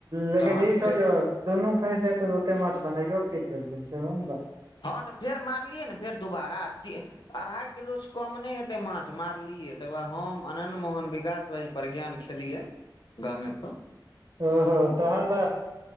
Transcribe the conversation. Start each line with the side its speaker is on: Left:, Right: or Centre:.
Right: लेकिन
Left: तहन
Right: ई छौ
Left: फेर
Right: जे दुनू फँसि जैतौ तऽ कते माछ बनाइयो की करि तियैन सेहो ने बात
Left: हँ तऽ फेर मारलियै ने फेर दुोबारा अढ़ाइ किलो से कम नय हेतै माछ मारलियै तकर बाद हम अनन्न मोहन विकास भाइ प्रज्ञान खेलियै गामेपर
Right: ओहो तहन तऽ